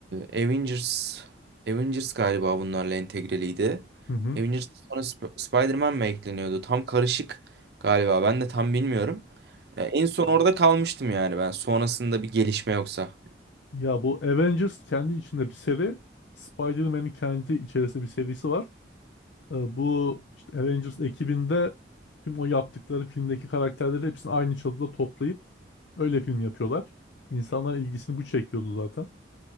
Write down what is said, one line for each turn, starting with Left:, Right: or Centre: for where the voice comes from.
Right: e, Avengers Avengers galiba bunlarla entegreliydi.
Left: hı hı.
Right: Avengers sonra Sp- Spider-Man mı ekleniyordu? Tam karışık galiba. Ben de tam bilmiyorum. Ee, en son orada kalmıştım yani ben. Sonrasında bir gelişme yoksa.
Left: Ya bu Avengers kendi içinde bir seri. Spider-Man'in kendi içerisinde bir serisi var. Ee, Bu işte Avengers ekibinde tüm o yaptıkları filmdeki karakterleri hepsini aynı çatıda toplayıp öyle film yapıyorlar. İnsanların ilgisini bu çekiyordu zaten.